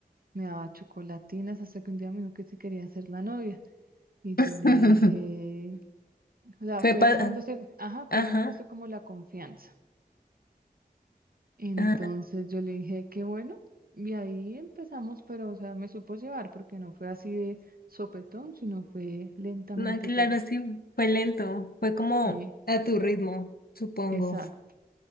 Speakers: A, on the right (about 70°); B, on the left (about 70°).
A: me daba chocolatinas, hasta que un día me dijo que si quería ser la novia. Y yo
B: <laughs>
A: le dije, O sea,
B: Fue
A: fue
B: pa-
A: ganándose, ajá, fue
B: ajá,
A: ganándose como la confianza. Entonces
B: ajá.
A: yo le dije, que bueno. Y ahí empezamos, pero, o sea, me supo llevar porque no fue así de sopetón, sino fue lentamente
B: No, claro,
A: todo.
B: sí, fue lento, fue como
A: Sí,
B: a tu ritmo, supongo.
A: exacto.